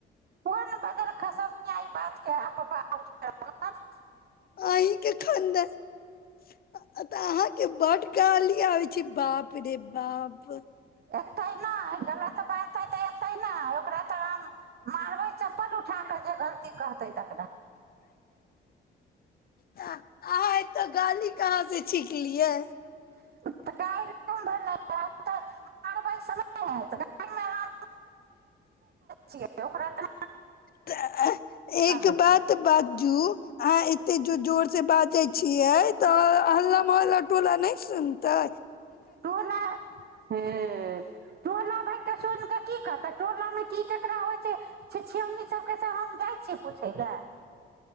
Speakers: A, on the right; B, on the left.
A: कोन बजन खसौनिया ई बातके पाठ
B: अहीं के खानद तऽ अहाँके बड गाली आब छै बाप रे बाप
A: एकत नहि गल तऽ बात हो े ने ओकरा तऽ मारबे चप्पल उठा के जे गलती कहते तकना
B: अहाँ एतऽ गाली कहाँ से छखलियै
A: गाय मार छिय ओकरा त
B: तऽ एक
A: देबै
B: बात बाजू अह त ज जोर से बाजे छिये तऽ अल्ला मोहल्ला टोला न सुनते
A: तू ने हे टोला भरि कऽ सुनि कऽ की करतै टोलामे की ककरा होइ छै छिछिौनी सभके से हम जाइ छियै पूछय लए